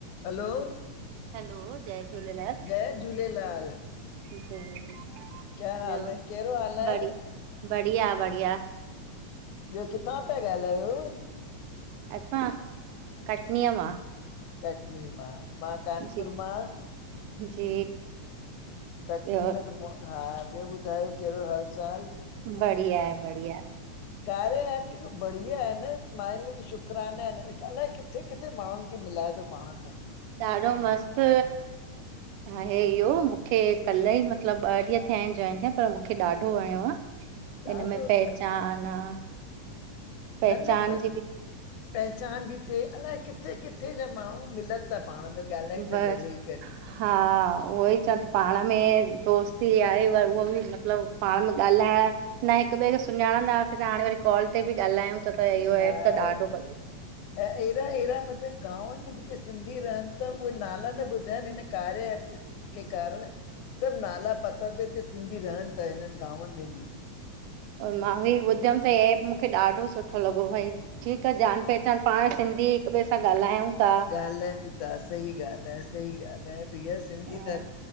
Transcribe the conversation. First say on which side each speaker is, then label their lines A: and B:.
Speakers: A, on the left; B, on the right.
A: हलो
B: hello जय झूलेलाल।
A: जय झूलेलाल
B: ॿियो
A: क्या हाल है कहिड़ो हाल
B: ब
A: आहे
B: बढ़िया, बढ़िया।
A: ॿियो किथां पिया ॻाल्हायो?
B: असां कटनीय मां।
A: कटनी मां, मां कानपुर
B: जी
A: मां।
B: जी।
A: कटनी
B: ॿियो
A: में त मो हा ॿियो ॿुधायो? कहिड़ो हाल चाल?
B: बढ़िया आहे बढ़िया
A: कार्या ऐप केदो बढिया आहे न मालिक जा शुकराना आहेन। अलाए कि किथे किथे माण्हुनि खे मिलाए थो पाण में?
B: ॾाढो मस्तु आहे इहो मूंखे कल्ह ई मतलब ॿ ॾींहं थिया आहिनि जॉइन थिया पर मूंखे ॾाढो वणियो आहे हिन
A: ॾाढो
B: में पहचान
A: ॾा-
B: आ। पहचान
A: न न पर
B: जी बि
A: पहचान बि थिए अलाए किथे किथे जा माण्हू मिलनि त पाण में ॻाल्हायनि
B: बस
A: त वेही करे।
B: हा उहो ई चाती पाण में दोस्ती आहे व उहो बि मतलबु पाण में ॻाल्हाया न हिक ॿिए खे सुञाणंदासीं त हाणे वरी कॉल ते बि ॻाल्हायूं त त इहो
A: हा
B: एप त ॾाढो बढ़िया
A: ऐं अहिड़ा अहिड़ा मतिलबु गांवनि में जेके सिंधी रहनि था उहे नाला न ॿुधनि हिन कार्य ऐप के कारण सभु नाला पता त हिते सिंधी रहनि था हिननि गांवनि में बि
B: मां बि ॿुधमि त हीउ एप मूंखे ॾाढो सुठो लॻो भई ठीकु आहे जान पहचान पाण सिंधी हिक ॿिए सां ॻाल्हायूं था
A: ॻाल्हायूं ता सही ॻाल्हि आहे सही ॻाल्हि आहे भैया सिंधियत
B: हा